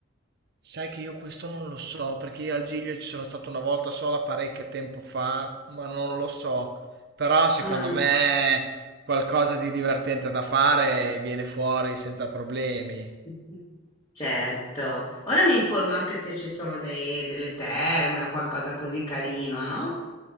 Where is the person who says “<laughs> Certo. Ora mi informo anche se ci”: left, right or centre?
Left